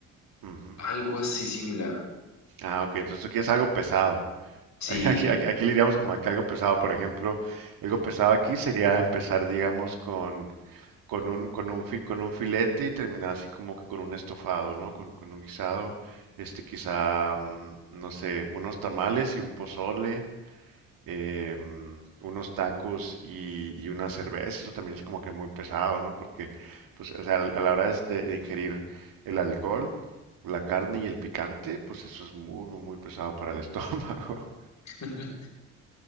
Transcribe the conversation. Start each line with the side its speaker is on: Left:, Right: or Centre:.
Right: Ujú.
Left: Algo así similar.
Right: Ah, ok, entonces tú quieres algo pesado.
Left: Sí.
Right: <laughs> Aquí, aquí, aquí le diríamos como que algo pesado, por ejemplo, algo pesado aquí sería empezar, digamos, con, con un, con un, fi- con un filete y terminar así como que con un estofado, ¿no? Con, con un guisado, este, quizá, mm, no sé, unos tamales y un pozole, eh, unos tacos y, y una cerveza, eso también es como que muy pesado, ¿no? Porque, pues, o sea, a la hora es de, de ingerir el alcohol, la carne y el picante, pues eso es muy, muy, muy pesado para el estómago.
Left: <laughs>